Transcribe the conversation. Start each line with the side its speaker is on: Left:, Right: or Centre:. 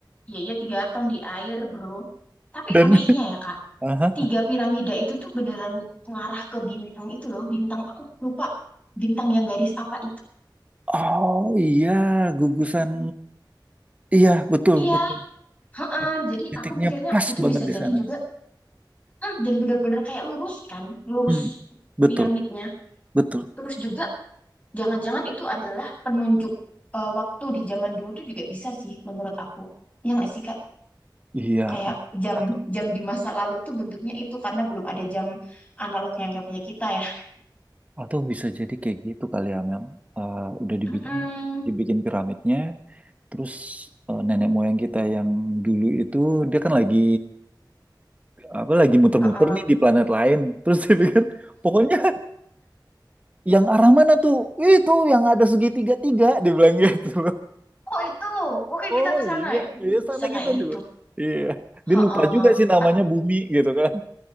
Left: iya iya tiga ton di air bro tapi
Right: Dan
Left: anehnya ya kak
Right: Aha.
Left: tiga piramida itu tuh beneran ngarah ke bintang itu loh bintang aku lupa bintang yang garis apa itu
Right: Oh iya, gugusan. Iya, betul,
Left: iya
Right: betul.
Left: heeh,
Right: Tit-
Left: jadi
Right: Titiknya
Left: aku mikirnya
Right: pas
Left: itu
Right: banget
Left: bisa
Right: di
Left: jadi
Right: sana.
Left: juga dan benar-benar kayak lurus kan, lurus
Right: Hmm, betul,
Left: piramidnya.
Right: betul.
Left: Terus juga jangan-jangan itu adalah penunjuk eh, waktu di zaman dulu tuh juga bisa sih menurut aku. Yang nggak sih Kak?
Right: Iya,
Left: Kayak jam
Right: atau
Left: jam di masa lalu tuh bentuknya itu karena belum ada jam analog yang kayak punya kita ya.
Right: atau bisa jadi kayak gitu kali ya, Mel. Eh, udah dibikin
Left: Mm-mm.
Right: dibikin piramidnya, terus eh, nenek moyang kita yang dulu itu dia kan lagi apa lagi muter-muter
Left: Heeh.
Right: nih di planet lain. <laughs> Terus dia pikir, pokoknya yang arah mana tuh? Itu yang ada segitiga tiga, dibilang gitu.
Left: Oh itu, oke
Right: Oh
Left: kita ke
Right: iya,
Left: sana ya. Dulu
Right: iya sana
Left: Bisa kayak
Right: kita
Left: gitu.
Right: dulu. Iya, dia
Left: Heeh.
Right: lupa juga sih namanya
Left: At-
Right: Bumi gitu kan.